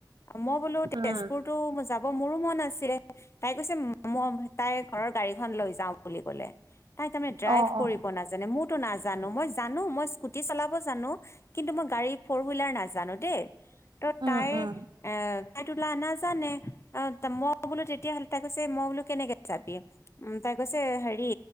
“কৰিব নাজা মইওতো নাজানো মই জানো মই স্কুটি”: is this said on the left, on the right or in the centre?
Left